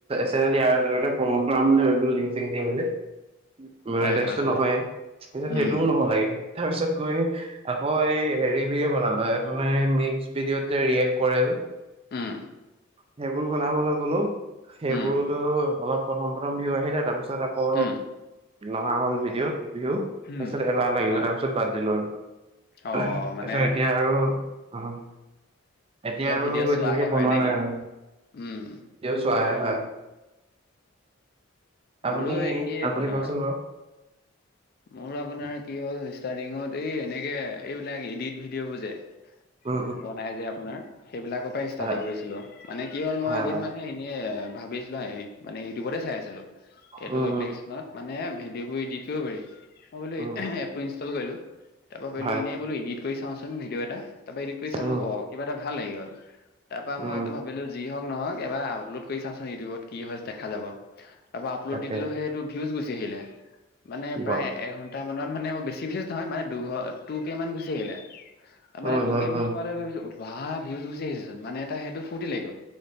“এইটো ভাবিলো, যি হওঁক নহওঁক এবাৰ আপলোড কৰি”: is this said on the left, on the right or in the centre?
Left